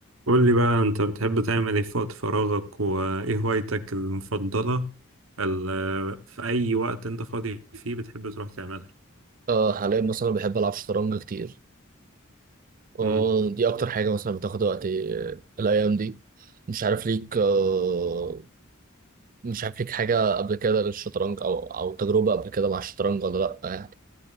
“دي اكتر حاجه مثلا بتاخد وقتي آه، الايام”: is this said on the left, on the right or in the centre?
Right